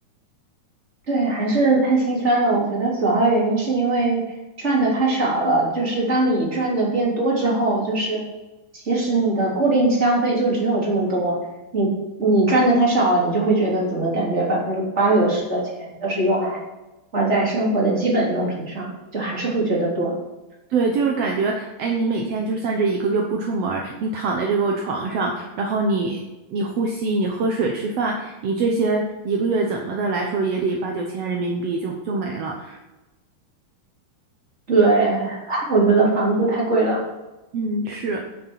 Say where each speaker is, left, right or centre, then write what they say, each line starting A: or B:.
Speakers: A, on the right; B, on the right.
A: 对，还是太心酸了。我觉得主要原因是因为赚的太少了，就是当你赚的变多之后，就是其实你的固定消费就只有这么多，你你赚的太少了，你就会觉得怎么感觉百分之八九十的钱都是用来花在生活的基本用品上，就还是会觉得多。
B: 对，就是感觉，哎，你每天就算这一个月不出门儿，你躺在这个床上，然后你你呼吸，你喝水、吃饭，你这些一个月怎么的来说也得八九千人民币就就没了。
A: 对，<laughs> 我觉得房租太贵了。
B: 嗯，是，